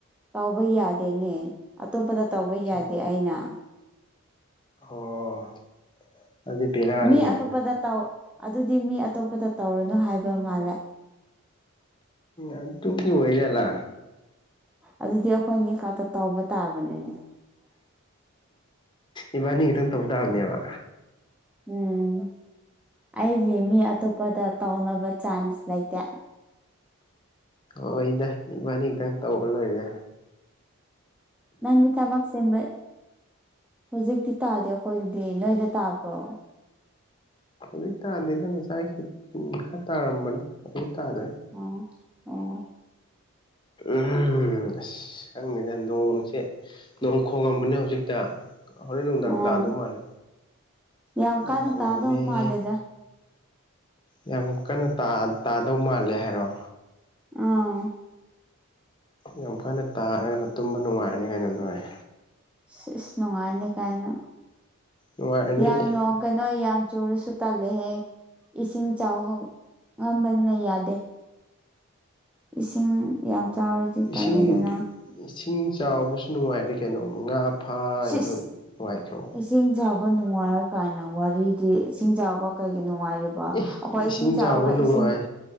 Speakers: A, in the centre; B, on the left.
A: ꯇꯥꯎꯕ ꯌꯥꯗꯦꯅꯦ ꯑꯇꯣꯞꯄꯗ ꯇꯧꯕ
B: ꯍꯣꯏ
A: ꯌꯥꯗꯦ
B: ꯍꯣꯏ
A: ꯑꯩꯅ
B: ꯑꯣ ꯑꯗꯨꯗꯤ ꯕꯦꯔꯥꯅꯤꯅꯦ
A: ꯃꯤ ꯑꯇꯣꯞꯄꯗ ꯇꯥꯎ ꯑꯗꯨꯗꯤ ꯃꯤ ꯑꯇꯣꯞꯄꯗ ꯇꯧꯔꯨꯅꯨ ꯍꯥꯏꯕ ꯃꯥꯜꯂꯦ
B: ꯎ ꯇꯨ ꯀ ꯑꯣꯏꯒꯂ
A: ꯑꯗꯨꯗꯤ ꯑꯩꯈꯣꯏꯅꯤ ꯈꯛꯇ ꯇꯧꯕ ꯇꯥꯕꯅꯤꯅꯦ
B: ꯏꯕꯥꯅꯤ ꯀꯇꯪ ꯇꯧꯧꯕꯗꯥꯕꯅꯦꯕ
A: ꯎꯝ ꯑꯩꯒꯤ ꯃꯤ ꯑꯇꯣꯞꯄꯗ ꯇꯥꯎꯅꯕ ꯆꯥꯟꯁ ꯂꯏꯇ
B: ꯍꯣꯏ ꯏꯗ ꯏꯕꯥꯅꯤ ꯈꯤꯇꯪ ꯇꯧ ꯂꯣꯏꯔꯗ
A: ꯅꯪꯒꯤ ꯊꯕꯥꯛꯁꯕ ꯍꯧꯖꯤꯛꯇꯤ ꯇꯥꯗꯦ ꯑꯩꯈꯣꯏ ꯑꯗꯨꯗꯤ ꯅꯣꯏꯗ ꯇꯥꯕ꯭ꯔꯣ
B: ꯍꯧꯖꯤꯛꯇꯗꯗꯅ ꯆꯥꯏ ꯎ ꯈ ꯇ ꯑꯔꯝ ꯃꯅꯤ ꯇꯔꯦ
A: ꯑꯣ ꯑꯣ
B: ꯎ ꯑꯁ ꯁꯪꯅꯤꯗ ꯅꯣꯡꯁꯦ ꯅꯣꯡ ꯈꯣꯡꯉꯝꯕꯅꯦ ꯍꯧꯖꯤꯛꯇ ꯍꯣꯔꯦꯟ ꯅꯨꯡꯗꯥꯡ
A: ꯑꯥ
B: ꯇꯥꯗꯧ ꯃꯥꯜꯂꯦ
A: ꯌꯥꯝ
B: ꯅꯣꯡ
A: ꯀꯥꯟꯅ
B: ꯈꯣꯡꯉꯝꯃꯦ
A: ꯇꯥꯗꯕ ꯃꯥꯜꯂꯦꯗ
B: ꯌꯥꯝ ꯀꯟꯅ ꯇꯥꯗꯧ ꯃꯥꯜꯂꯦ ꯍꯥꯏꯔꯣ
A: ꯑꯥ
B: ꯌꯥꯝ ꯀꯥꯟꯟꯅ ꯇꯥꯔꯒꯅ ꯇꯨꯝꯕ ꯅꯨꯡꯉꯥꯏꯔꯅꯤ ꯀꯩꯅꯣ ꯅꯨꯡꯉꯥꯏ
A: ꯑ ꯑꯁ ꯅꯨꯡꯉꯥꯏꯅꯤ ꯀꯥꯏꯅ
B: ꯅꯨꯡꯉꯥꯏꯔꯅꯤ
A: ꯌꯥꯝ
B: ꯑꯦ
A: ꯅꯣꯡ ꯀꯩꯅꯣ ꯌꯥꯝ ꯆꯨꯔꯁꯨ ꯇꯥꯜꯂ ꯂꯦ ꯏꯁꯤꯡ ꯆꯥꯎꯕꯅꯅ ꯌꯥꯗꯦ ꯏꯁꯤꯡ ꯌꯥꯝ ꯆꯥꯎꯔꯗꯤ ꯇꯜꯂꯗꯅ
B: ꯏꯁꯤꯡ ꯏꯁꯤꯡ ꯆꯥꯎꯕꯁꯨ ꯅꯨꯡꯉꯥꯏꯔꯦ ꯀꯩꯅꯣꯝ ꯉꯥ ꯐꯥꯔꯤꯗꯣ
A: ꯁꯤꯁ
B: ꯅꯨꯡꯉꯥꯏꯇ꯭ꯔꯣ
A: ꯏꯁꯤꯡ ꯆꯥꯕ ꯅꯨꯡꯉꯥꯏꯔꯛ ꯀꯥꯏꯅ ꯋꯥꯔꯤꯗꯤ ꯏꯁꯤꯡ ꯆꯥꯕ ꯀꯩꯒꯤ ꯅꯨꯡꯉꯥꯏꯔꯤꯕ ꯑꯩꯈꯣꯏ
B: ꯑꯦ
A: ꯏꯁꯤꯡ ꯆꯥꯎꯔꯒ
B: ꯆꯥꯎꯕ ꯅꯨꯡꯉꯥꯏ
A: ꯏꯁꯤꯡ